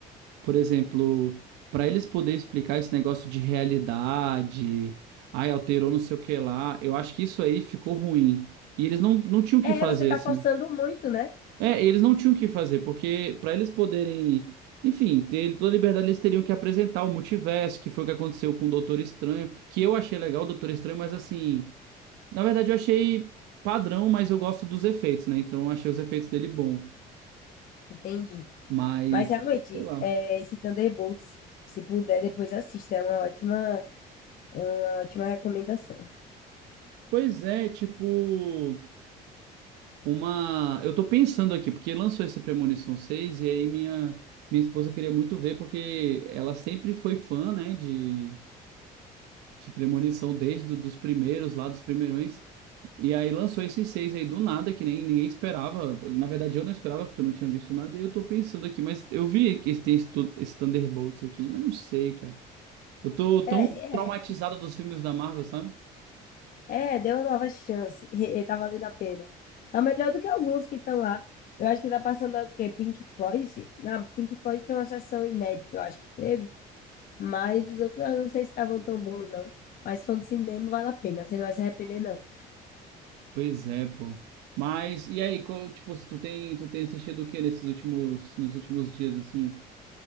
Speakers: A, on the right; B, on the left.
A: por exemplo, para eles poderem explicar esse negócio de realidade, ai, alterou não sei o que lá, eu acho que isso aí ficou ruim. E eles não, não tinham o
B: É,
A: que fazer,
B: você tá
A: assim.
B: forçando muito, né?
A: É, e eles não tinham o que fazer, porque para eles poderem, enfim, ter toda a liberdade, eles teriam que apresentar o multiverso, que foi o que aconteceu com o Doutor Estranho, que eu achei legal o Doutor Estranho, mas assim, na verdade eu achei padrão, mas eu gosto dos efeitos, né? Então eu achei os efeitos dele bom,
B: Entendi.
A: mas
B: Mas realmente,
A: sei lá.
B: é, esse Thunderbolts, se puder, depois assista. É uma ótima, é uma ótima recomendação.
A: Pois é, tipo, uma, eu tô pensando aqui, porque lançou esse Premonição 6 e aí minha minha esposa queria muito ver porque ela sempre foi fã, né, de de premonição desde do, dos primeiros lá, dos primeirões. E aí lançou esses seis aí do nada, que nem ninguém esperava. Na verdade, eu não esperava, porque eu não tinha visto nada. E eu tô pensando aqui, mas eu vi que esse- tem esse, tu- esse Thunderbolts aqui, mas não sei, cara. Eu tô
B: É,
A: tão
B: é,
A: traumatizado dos filmes da Marvel, sabe?
B: é, deu uma nova chance. <laughs> E Tá valendo a pena. Tá melhor do que alguns que estão lá. Eu acho que tá passando o quê? Pink Floyd? Se- Na Pink Floyd foi uma sessão inédita, eu acho que teve. Mas os outros eu não sei se estavam tão bons, não. Mas fã de cinema vale a pena, você não vai se arrepender, não.
A: Pois é, pô. Mas, e aí, qual, tipo, se tu tem, tu tem assistido o que nesses últimos, nos últimos dias, assim?